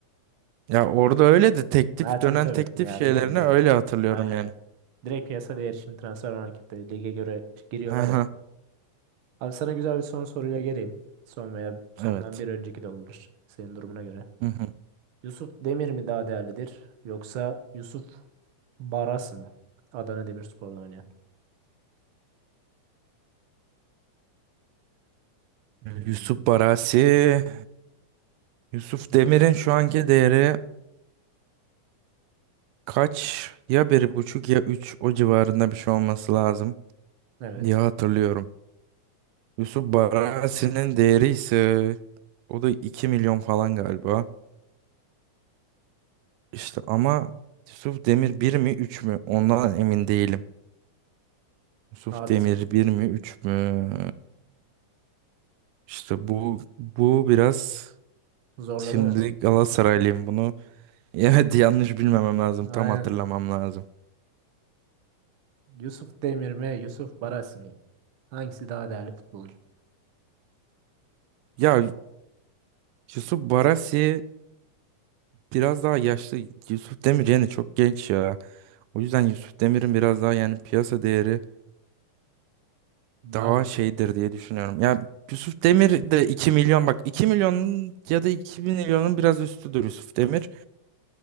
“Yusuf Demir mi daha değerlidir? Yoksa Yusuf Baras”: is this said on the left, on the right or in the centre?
Right